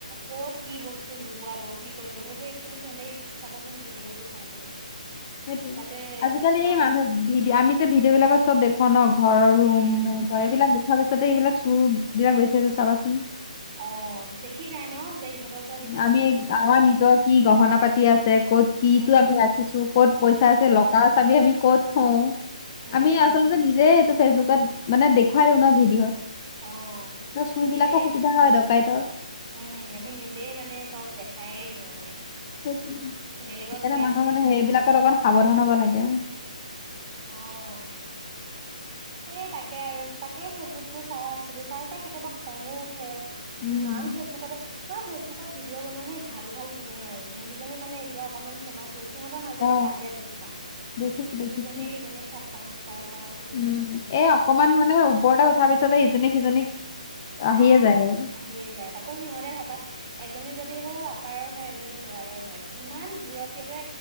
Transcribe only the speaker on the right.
ক'ত কি বস্তু লুকুৱাব, কি কৰিব সেইবোৰ একচুৱেলি সিহঁতে চাবাচোন ভিডিঅ'বোৰ চাই থাকে।
তাতে
নানান
উম উম
অ', দেখি যায় ন? যে ইহঁতৰ ঘৰত ইমান
খিনি বস্তু
আছে
উম
উম
উম
অ',
নিজে
উম আমি নিজে যে মানে চব দেখায়ে দিওঁ মানে।
বেলেগক ব্লেম
দি
কি
লাভ।
অহ। এ তাকে আৰু তাকে ফেচবুকতো চাই আছিলো, চাই-চাই কেতিয়াবা খং ও উঠে।
ইমান ফেচবুকতে তোমাৰ ফেচবুকত ভিডিঅ' বনোৱা সেই ভাল ভালকেইজনী আৰু যোনকেইজনী মানে এতিয়া অকণমান ফেমাছ দেখি সিহঁতৰ মাজতে
কাজিয়া দেখিছা
ইজনীয়ে সিজনীক ঠাট্টা মচ কৰা-কৰা সিজনীয়ে
সিজন
অ
আহিয়ে যায় তাকো সিহঁতে ভাবা এজনী যদি হৌ আপাৰৰ হয় এজনী লোৱাৰাৰৰ হয় কিমান দূৰত সিহঁতে